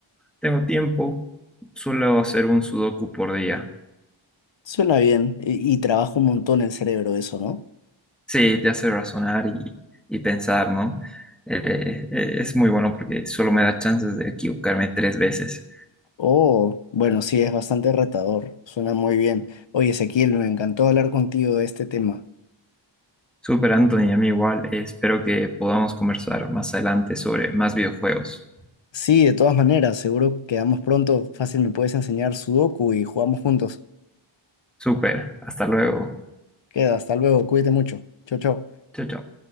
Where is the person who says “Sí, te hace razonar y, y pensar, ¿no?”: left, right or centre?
Centre